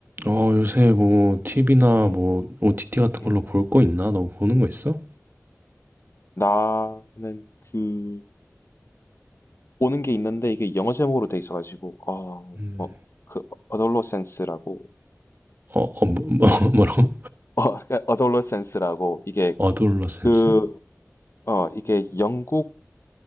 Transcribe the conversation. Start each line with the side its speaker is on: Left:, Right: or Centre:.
Right: 어, 요새 뭐
Left: 음,
Right: TV나
Left: 음,
Right: 뭐 OTT 같은 걸로
Left: 음.
Right: 볼 거 있나? 너 보는 거 있어?
Left: 나는 그 보는 게 있는데 이게 영어 제목으로 돼 있어가지고 어,
Right: 음.
Left: 뭐, 그 어덜로센스라고
Right: 어, 어, 뭐, 뭐- <laughs> 뭐라고?
Left: <laughs> 어, 어덜로센스라고 이게
Right: 어드올러센스?
Left: 그 어, 이게 영국